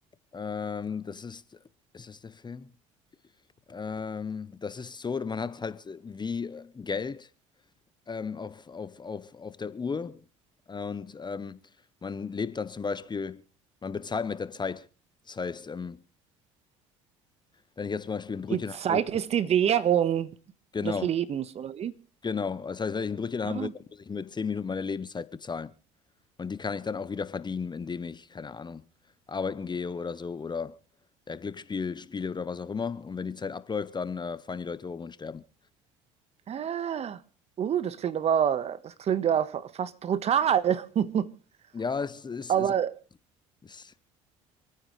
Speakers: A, on the left (about 30°); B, on the right (about 40°).
A: Ähm, das ist, ist das der Film? Ähm, das ist so, man hat halt wie Geld ähm, auf, auf, auf, auf der Uhr und ähm, man lebt dann zum Beispiel, man bezahlt mit der Zeit. Das heißt, ähm, Wenn ich jetzt zum Beispiel ein Brötchen
B: Die Zeit
A: haben will,
B: ist die Währung
A: genau,
B: des Lebens, oder wie?
A: genau. Das heißt, wenn ich ein Brötchen haben
B: <gasps>
A: will, dann muss ich mir 10 Minuten meine Lebenszeit bezahlen. Und die kann ich dann auch wieder verdienen, indem ich, keine Ahnung, arbeiten gehe oder so oder ja, Glücksspiel spiele oder was auch immer. Und wenn die Zeit abläuft, dann äh, fallen die Leute um und sterben.
B: Ah, ah. uh, das klingt aber, das klingt ja fa- fast brutal. <laughs>
A: Ja, es ist,
B: Aber
A: ist, ist,